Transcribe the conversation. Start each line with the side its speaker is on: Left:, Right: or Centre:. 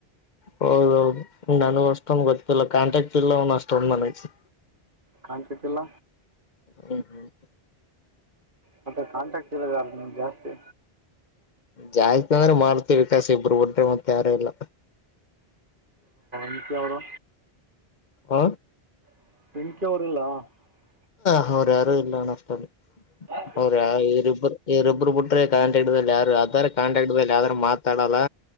Left: ಹೌದೌದು ನನಗ ಅಷ್ಟೊಂದು ಗೊತ್ತಿಲ್ಲ ಕಾಂಟಾಕ್ಟ್ ಇಲ್ಲ ಅವ್ನ್ ಅಷ್ಟಂದು ಮನಗೆ.
Right: ಕಾಣ್ತಾ ಇಲ್ಲ.
Left: ಹ್ಮ್ ಹ್ಮ್
Right: ಮತ್ತೆ ಕಾಂಟ್ರಾಕ್ಟ್ ಇರದ ಅ ನಿಮ್ ಜಾಸ್ತಿ.
Left: ಜಾಸ್ತಿ ಅಂದ್ರೆ ಮಾಡ್ತಿವಿ ವಿಕಾಾಸ ಇಬ್ರು ುಟ್ರೆ ಮತ್ತೆ ಯಾರ ಇಲ್ಲ.
Right: ನಿತ್ಯ ಅವರು.
Left: ಹ.
Right: <unintelligible> <inaudible>
Left: ಹ ಅವ್ರ ಯಾರು ಇಲ್ಲ ಅಷ್ಟಲ್ಲಿ.
Right: ಹ.
Left: ಅವ್ರ ಇರಿಬ್ರು ಇರಿೊಬ್ಬರು ಬಿಟ್ರೆ ಕಾಂಟ್ರಾಕ್ಟ್ ಯಾರು ಅದಾರ ಕಾಂಟ್ರಾಕ್ಟ್ ಬ ಯ್ದಾರ ಮಾತಾಡಲ್ಲ.